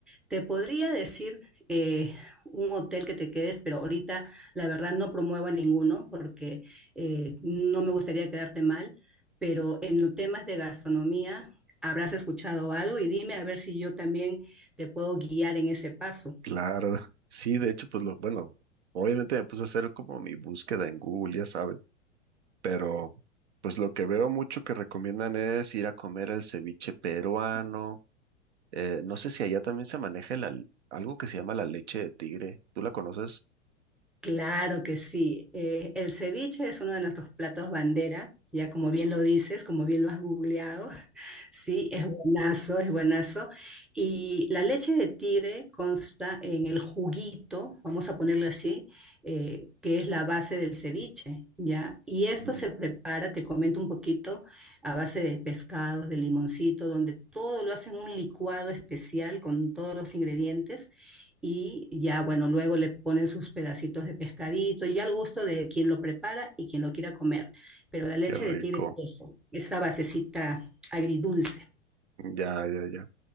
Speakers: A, in the centre; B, on the right (about 65°).
A: Te podría decir eh, un hotel que te quedes, pero ahorita la verdad no promuevo ninguno porque eh, no me gustaría quedarte mal, pero en los temas de gastronomía habrás escuchado algo y dime a ver si yo también te puedo guiar en ese paso.
B: Claro, sí, de hecho, pues lo, bueno, obviamente me puse a hacer como mi búsqueda en Google, ya sabes, pero pues lo que veo mucho que recomiendan es ir a comer el ceviche peruano. eh, no sé si allá también se maneja el al- algo que se llama la leche de tigre. ¿Tú la conoces?
A: Claro que sí. Eh, el ceviche es uno de nuestros platos bandera, ya como bien lo dices, como bien lo has googleado. <laughs> Sí, es buenazo, es buenazo. Y la leche de tigre consta en el juguito, vamos a ponerle así, eh, que es la base del ceviche, ¿ya? Y esto
B: Ujú,
A: se prepara, te comento un poquito, a base de pescados, de limoncito, donde todo lo hacen un licuado especial con todos los ingredientes y ya, bueno, luego le ponen sus pedacitos de pescadito, ya al gusto de quien lo prepara y quien lo quiera comer. Pero la leche
B: Qué rico.
A: de tigre es eso, esa basecita agridulce.
B: Ya, ya, ya.